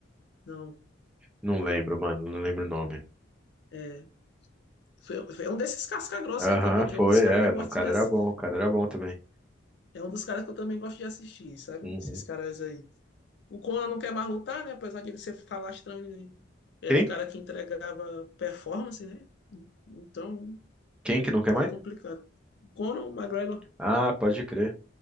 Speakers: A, on the left; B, in the centre.
A: Não,
B: Não
A: não
B: lembro,
A: lembro.
B: mano. Não lembro o nome.
A: É, foi, foi um desses casca-grossa
B: Aham,
A: aí também, que
B: foi,
A: é um dos caras
B: é.
A: que eu gosto
B: no- O cara
A: de, ass-
B: era bom, o cara era bom também.
A: É um dos caras que eu também gosto de assistir, sabe?
B: Uhum.
A: Esses caras aí. O Conan não quer mais lutar, né? Apesar de ele ser falastrão, ele era
B: Quem?
A: um cara que entregava performance, né? Então
B: Quem que não quer mais?
A: é complicado. O Conan, o McGregor,
B: Ah, pode crer.